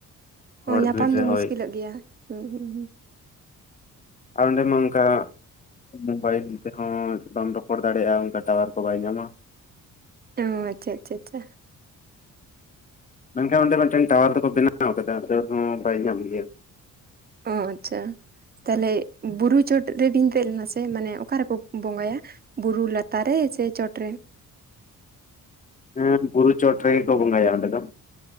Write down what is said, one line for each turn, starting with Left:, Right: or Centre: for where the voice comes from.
Left: ᱦᱚᱲ
Right: ᱚᱸ ᱧᱟᱯᱟᱢ
Left: ᱵᱷᱤᱲ
Right: ᱫᱚ
Left: ᱨᱮ
Right: ᱢᱩᱥᱠᱤᱞᱚ
Left: ᱦᱳᱭ
Right: ᱜᱮᱭᱟ, ᱦᱩᱸ ᱦᱩᱸ ᱦᱩᱸ ᱾
Left: ᱟᱨ ᱚᱸᱰᱮ ᱢᱟ ᱚᱝᱠᱟ ᱢᱳᱵᱟᱭᱤᱞ ᱛᱮᱦᱚᱸ ᱵᱟᱢ ᱨᱚᱯᱚᱲ ᱫᱟᱲᱮᱭᱟᱜᱼᱟ ᱚᱱᱠᱟ ᱴᱟᱣᱟᱨ ᱠᱚ ᱵᱟᱭ ᱧᱟᱢᱟ ᱾
Right: ᱚᱻ ᱟᱪᱪᱷᱟ ᱟᱪᱷᱟ ᱟᱪᱷᱟ ᱾
Left: ᱢᱮᱱᱠᱷᱟᱱ ᱚᱸᱰᱮ ᱢᱮᱫᱴᱮᱱ ᱴᱟᱣᱟᱨ ᱫᱚᱠᱚ ᱵᱮᱱᱟᱣ ᱠᱟᱫᱟ ᱛᱟᱹᱣ ᱨᱮᱦᱚᱸ ᱵᱟᱭ ᱧᱟᱢ ᱜᱮᱭᱟ ᱾
Right: ᱚ ᱟᱪᱪᱷᱟ, ᱛᱟᱦᱚᱞᱮ ᱵᱩᱨᱩ ᱪᱚᱴ <unintelligible> ᱫᱮᱡ ᱞᱮᱱᱟ ᱥᱮ ᱢᱟᱱᱮ ᱚᱠᱟ ᱨᱮᱠᱚ ᱵᱚᱸᱜᱟᱭᱟ, ᱵᱩᱨᱩ ᱞᱟᱛᱟᱨ ᱨᱮ ᱪᱮ ᱪᱚᱴ ᱨᱮ?
Left: ᱦᱮᱸ, ᱠᱩᱨᱩ ᱪᱚᱴ ᱨᱮᱜᱮ ᱠᱚᱸ ᱵᱚᱸᱜᱟᱭᱟ ᱚᱱᱰᱮ ᱫᱚ ᱾